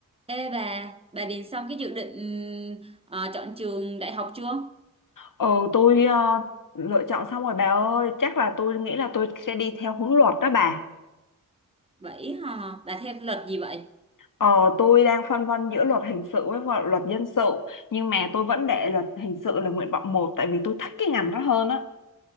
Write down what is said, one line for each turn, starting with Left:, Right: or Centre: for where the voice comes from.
Right: Ê bà, bà điền xong cái dự định ờ, chọn trường đại học chưa?
Left: Ừ, tôi ờ, lựa chọn xong rồi bà ơi, chắc là tôi nghĩ là tôi sẽ đi theo hướng luật đó bà.
Right: Vậy hả? Bà theo luật gì vậy?
Left: Ờ, tôi đang phân vân giữa luật hình sự với vợ- luật dân sự, nhưng mà tôi vẫn để luật hình sự là nguyện vọng một tại vì tôi thích cái ngành đó hơn á.